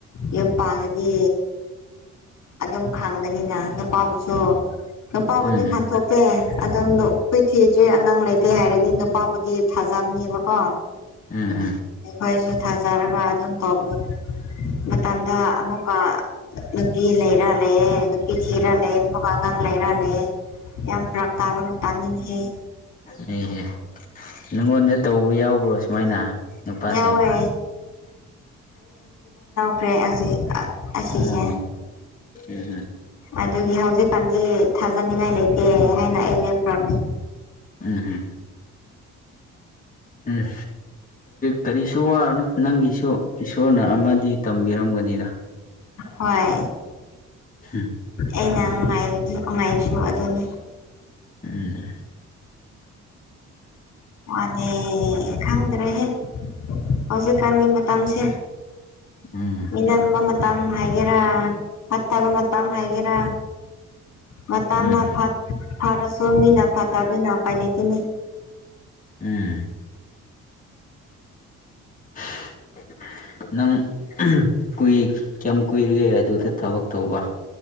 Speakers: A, on the left; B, on the left.
A: ꯌꯨꯝ ꯄꯥꯟꯜꯂꯗꯤ ꯑꯗꯨꯝ ꯈꯪꯒꯅꯤꯅ ꯅꯨꯄꯥꯕꯨꯁꯨ ꯅꯨꯄꯥꯕꯨꯗꯤ
B: ꯎꯝ
A: ꯈꯊꯣꯛ
B: ꯎꯝ
A: ꯑꯦꯦ ꯑꯗꯨꯝ ꯄꯤꯊꯤꯗ꯭ꯔꯤ ꯑꯉꯥꯡ ꯂꯩꯇꯦ ꯍꯥꯏꯔꯗꯤ ꯅꯨꯄꯥꯕꯨꯗꯤ ꯊꯥꯖꯕꯅꯦꯕꯀꯣ
B: ꯎ ꯎꯝꯝ
A: ꯑꯩꯈꯣꯏꯁꯨ ꯊꯥꯖꯔꯒ ꯑꯗꯨꯝ ꯇꯧꯕ ꯃꯇꯗ ꯃꯀꯥ ꯅꯨꯄꯤ ꯂꯩꯔ ꯂꯩꯌꯦꯦ ꯅꯨꯄꯤ ꯊꯤꯔ ꯂꯩ ꯅꯨꯄꯥ ꯑꯉꯥꯡ ꯂꯩꯔ ꯂꯩꯌꯦꯦ ꯌꯥꯝ ꯐꯔꯛ ꯇꯥꯕ ꯑꯃ ꯇꯥꯃꯤꯟꯅꯍꯦ
B: ꯎ ꯅꯉꯣꯟꯗ ꯇꯧꯕ ꯌꯥꯎꯕ꯭ꯔꯣ ꯁꯨꯃꯥꯏꯅ ꯅꯨꯄꯥꯁꯤꯡ
A: ꯌꯥꯎꯋꯦ ꯐ꯭ꯔꯦ ꯑꯁꯤ ꯑꯁꯤꯁꯦ
B: ꯑꯣ ꯎꯝ
A: ꯑꯗꯨꯒꯤ ꯍꯧꯖꯤꯛꯀꯥꯟꯗꯤ ꯊꯥꯖꯅꯤꯡꯉꯥꯏ ꯂꯩꯇꯦ ꯍꯥꯏꯅ ꯑꯩ ꯂꯦꯞꯈ꯭ꯔꯕꯅꯦ
B: ꯎꯝꯝ ꯎꯝ ꯀꯔꯤꯁꯨ ꯋꯥꯔꯅꯣ ꯅꯪꯒꯤꯁꯨ ꯏꯁꯣꯔꯅ ꯑꯃꯗꯤ ꯇꯝꯕꯤꯔꯝꯒꯅꯤꯗ
A: ꯍꯣꯏꯣꯏ
B: ꯎ
A: ꯑꯩꯅ ꯅꯨꯡꯉꯥꯏꯕ ꯅꯨꯡꯉꯥꯏꯕꯁꯨ ꯑꯗꯨꯅꯤ
B: ꯑ
A: ꯑꯅꯦ ꯈꯪꯗ꯭ꯔꯦꯍꯦ ꯍꯧꯖꯤꯛꯀꯥꯟꯒꯤ ꯃꯇꯝꯁꯦ
B: ꯎꯝ
A: ꯏꯅꯝꯕ ꯃꯇꯝ ꯍꯥꯏꯒꯦꯔꯥ ꯐꯠꯇꯕ ꯃꯇꯝ ꯍꯥꯏꯒꯦꯔꯥ ꯃꯇꯝꯅ
B: ꯎꯝ
A: ꯐꯔꯁꯨ ꯃꯤꯅ ꯐꯠꯇꯕꯅꯤꯅ ꯄꯥꯏ ꯂꯩꯇꯣꯏꯅꯤ
B: ꯎꯝ <inaudible> ꯅꯪ ꯀꯨꯏ ꯀꯌꯥꯝ ꯀꯨꯏꯔꯒꯦ ꯑꯗꯨꯗ ꯊꯕꯛ ꯇꯧꯕ